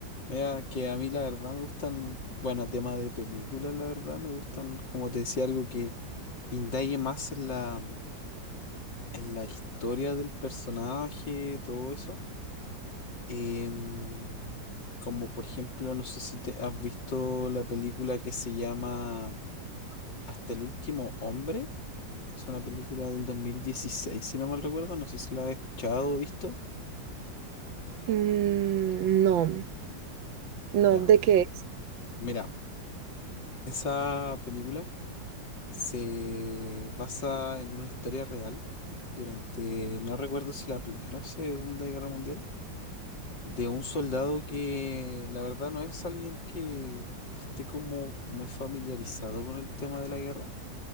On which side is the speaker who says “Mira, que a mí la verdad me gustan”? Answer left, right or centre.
Left